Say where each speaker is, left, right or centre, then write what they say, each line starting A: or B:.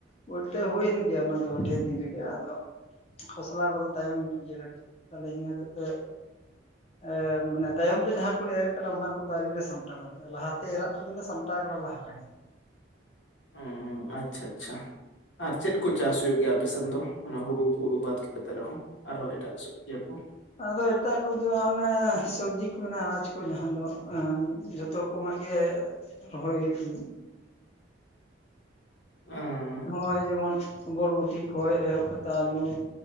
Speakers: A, on the left; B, on the left.
A: ᱵᱚᱞᱛᱮ ᱦᱩᱭᱮᱱ ᱜᱮᱭᱟ ᱚᱱᱟ ᱫᱚ ᱰᱷᱮᱨ ᱫᱤᱱ ᱨᱮᱜᱮ ᱟᱫᱚ ᱾ ᱠᱷᱚᱥᱞᱟ ᱠᱚᱫᱚ ᱛᱟᱭᱚᱢ ᱧᱚᱜ, ᱜᱮᱭᱟ ᱠᱟᱹᱴᱤᱡ ᱛᱟᱦᱚᱞᱮ ᱤᱱᱟᱹ ᱦᱚᱛᱮᱡ ᱛᱮ ᱮᱸ ᱢᱟᱱᱮ ᱛᱟᱭᱚᱢ ᱛᱮ ᱡᱟᱦᱟᱸ ᱚᱱᱰᱮ ᱮᱨ ᱠᱟᱫᱟ ᱚᱱᱟ ᱠᱚᱫᱚ ᱟᱣᱨᱤᱞᱮ ᱥᱟᱢᱴᱟᱣ ᱫᱟᱲᱮᱭᱟᱜᱼᱟ, ᱞᱟᱦᱟᱛᱮ ᱮᱨᱟᱜ ᱠᱚᱫᱚᱞᱮ ᱥᱟᱢᱴᱟᱣ ᱟᱠᱟᱫᱟ ᱞᱟᱦᱟ ᱨᱮᱜᱮ ᱾᱾
B: ᱦᱮᱸ ᱟᱪᱪᱷᱟ ᱟᱪᱪᱷᱟ ᱟᱨ ᱪᱮᱫ ᱠᱚ ᱪᱟᱥ ᱦᱩᱭᱩᱜ ᱜᱮᱭᱟ ᱟᱯᱮ ᱥᱮᱱ ᱫᱚ, ᱚᱱᱟ ᱦᱩᱲᱩ ᱠᱚ ᱦᱩᱲᱩ ᱵᱟᱫ ᱠᱟᱛᱮ ᱨᱮᱦᱚᱸ? ᱟᱨᱦᱚᱸ ᱮᱴᱟᱜ.. ᱤᱭᱟᱹ ᱠᱚ
A: ᱟᱫᱚ ᱮᱴᱟᱜ ᱠᱚᱫᱚ ᱚᱱᱮ ᱥᱚᱵᱽᱡᱤ ᱠᱚ ᱢᱮᱱᱟᱜᱼᱟ ᱟᱱᱟᱡᱽ ᱠᱚ ᱡᱟᱦᱟᱸ ᱫᱚ ᱟᱩᱸ ᱡᱚᱛᱚ ᱨᱚᱠᱚᱢᱟᱜ ᱜᱮ ᱨᱚᱦᱚᱭ ᱦᱩᱭᱩᱜ ᱜᱮᱭᱟ ᱾
B: ᱩᱸ
A: ᱦᱚᱭ ᱡᱮᱢᱚᱱᱼᱼ ᱵᱚᱨᱵᱚᱴᱤ ᱠᱷᱚᱡᱽ ᱮᱦᱚᱵ ᱠᱟᱛᱮᱫ ᱟᱹᱞᱩ,